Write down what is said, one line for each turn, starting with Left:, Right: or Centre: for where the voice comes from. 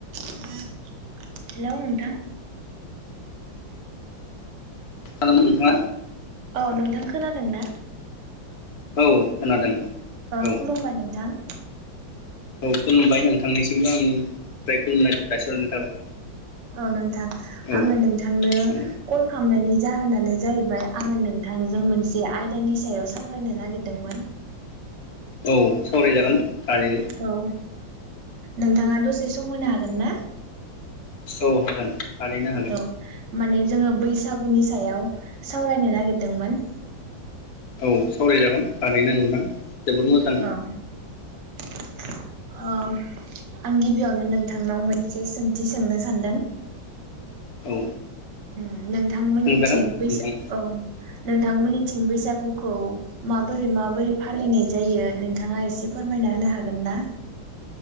Right: हेल' नोंथां।
Left: <unintelligible> मा?
Right: औ नोंथां खोनादोंना।
Left: औ खोनादों।
Right: ओ
Left: औ
Right: खुलुमबाय नोंथां।
Left: औ खुलुमबाय नोंथांनिसिमबो आंनिफ्राय खुलुमनाय जासिहरनाय थाबाय।
Right: औ नोंथां
Left: औ
Right: आङो नोंथांनो
Left: औ
Right: कल खामनायनि जाहोनानो जाहैबाय आङो नोंथांजों मोनसे आयदानि सायाव सावरायनो नागिरदोंमोन।
Left: औ सावरायजागोन। थारैनो
Right: औ नोंथाङा दसे सम होनो हा गोनना?
Left: औ हागोन। थारैनो हागोन
Right: औ माने जोङो बै सागुनि सायाव सावरायनो नागिरदोंमोन।
Left: औ सावरायजागोन थारैनो नोंथां। जोबोर मोजां
Right: औ-उम आं गिबियावनो नोंथांनाव मोनसे सोंथि सोंनो सानदों।
Left: औ
Right: उम नोंथांमोननिथिं
Left: थांजागोन
Right: बैस-औ
Left: नोंथां
Right: नोंथांमोननिथिं बैसागुखौ माबोरै-माबोरै फालिनाय जायो नोंथाङा एसे फोरमायना होनो हागोन ना?